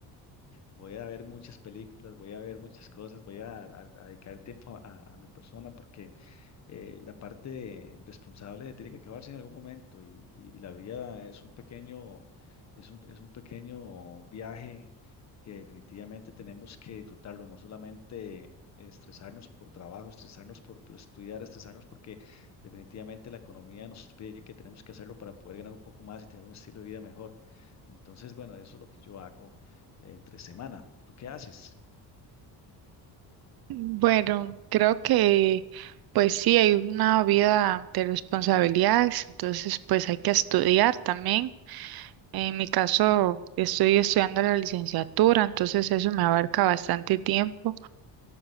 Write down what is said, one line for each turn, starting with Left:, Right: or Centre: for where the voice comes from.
Left: voy a ver muchas películas, voy a ver muchas cosas, voy a, a- a dedicar tiempo a, a mi persona porque eh, la parte responsable tiene que acabarse en algún momento y, y la vida es un pequeño, es un, es un pequeño viaje que definitivamente tenemos que disfrutarlo, no solamente estresarnos por trabajo, estresarnos por, por estudiar, estresarnos porque definitivamente la economía nos pide que tenemos que hacerlo para poder ganar un poco más y tener un estilo de vida mejor. Entonces, bueno, eso es lo que yo hago eh, entre semana. ¿Tú qué haces?
Right: Bueno, creo que pues sí, hay una vida de responsabilidades, entonces pues hay que estudiar también. En mi caso, estoy estudiando la licenciatura, entonces eso me abarca bastante tiempo.